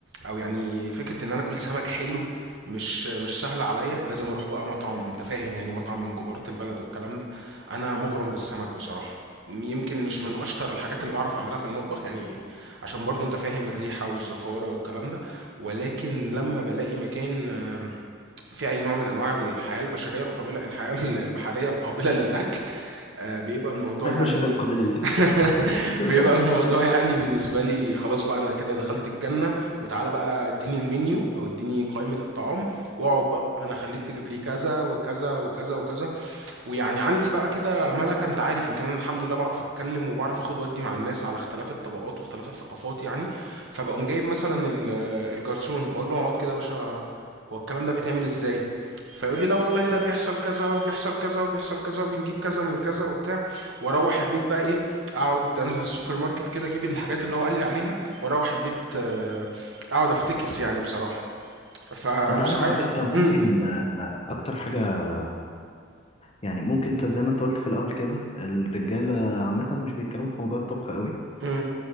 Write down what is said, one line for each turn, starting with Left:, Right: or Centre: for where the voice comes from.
Right: او يعني فكره ان انا اكل سمك حلو مش مش سهله عليا لازم اروح بقى مطعم انت فاهم يعني مطعم من كبارة البلد والكلام ده انا مغرم بالسمك بصراحه يمكن مش من اشطر الحاجات اللي بعرف اعملها في المطبخ يعني عشان برضو انت فاهم الريحه والزفاره والكلام ده ولكن لما بلاقي مكان في أي نوع من أنواع الحياة البشرية القابلة الحياة ال- البحرية القابلة للأكل آه، بيبقى الموضوع
Left: أحب
Right: يعني
Left: أشارك قبيلة لك
Right: <laughs>
Left: <laughs>
Right: بيبقى الموضوع يعني بالنسبة لي خلاص بقى أنا كده دخلت الجنة وتعالى بقى اديني المنيو أو اديني قائمة الطعام واقعد بقى أنا خليك تجيب لي كذا وكذا وكذا وكذا ويعني عندي بقى كده ملكة انت عارف يمكن انا الحمد لله بعرف اتكلم وبعرف اخد ودي مع الناس على اختلاف الطبقات واختلاف الثقافات يعني فبقوم جايب مثلا ال- الجرسون اقول له اقعد كده يا باشا هو الكلام ده بيتعمل ازاي فيقول لي لا والله ده بيحصل كذا وبيحصل كذا وبيحصل كذا وبنجيب كذا من كذا وبتاع واروح البيت بقى ايه اقعد انزل السوبر ماركت كده اجيب الحاجات اللي هو قال لي عليها واروح البيت آه، اقعد افتكس يعني بصراحة فمش
Left: أنت عارف
Right: عارف
Left: على فكرة
Right: امم
Left: ممكن آه، أكتر حاجة يعني ممكن أنت زي ما أنت قلت في الأول كده الرجالة عامة مش بيتكلموا في موضوع الطبخ قوي
Right: امم.